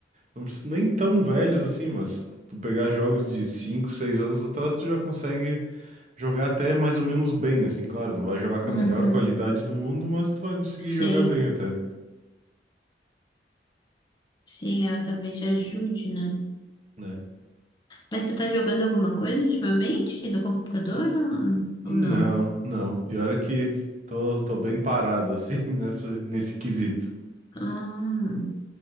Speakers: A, on the right; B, on the left.
A: Não precisa nem tão velhos assim, mas tu pegar jogos de 5, 6 anos atrás, tu já consegue jogar até mais ou menos bem, assim, claro, não vai jogar com
B: uhum.
A: a melhor qualidade do mundo, mas tu vai conseguir
B: Sei,
A: jogar bem até,
B: sei, é, talvez ajude, né?
A: né?
B: Mas tu tá jogando alguma coisa ultimamente no computador ou,
A: Não,
B: ou não?
A: não. Pior é que tô, tô bem parado, assim, <laughs> nessa, nesse quesito.
B: Ah,